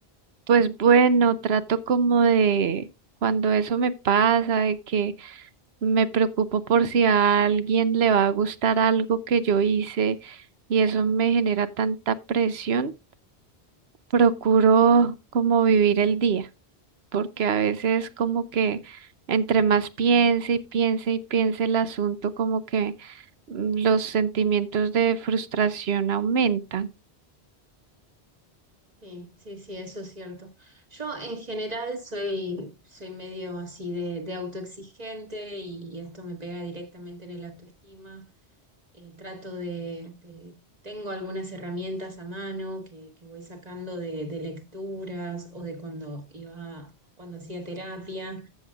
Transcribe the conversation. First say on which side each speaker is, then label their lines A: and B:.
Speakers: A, on the right; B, on the right.
A: pues bueno, trato como de cuando eso me pasa, de que Me preocupo por si a alguien le va a gustar algo que yo hice y eso me genera tanta presión. Procuro como vivir el día, porque a veces como que entre más piense y piense y piense el asunto, como que mm, los sentimientos de frustración aumentan.
B: Sí, sí, sí, eso es cierto. Yo en general soy, soy medio así de, de autoexigente y esto me pega directamente en el autoestima. eh, trato de, de- tengo algunas herramientas a mano que, que voy sacando de, de lecturas o de cuando iba, cuando hacía terapia,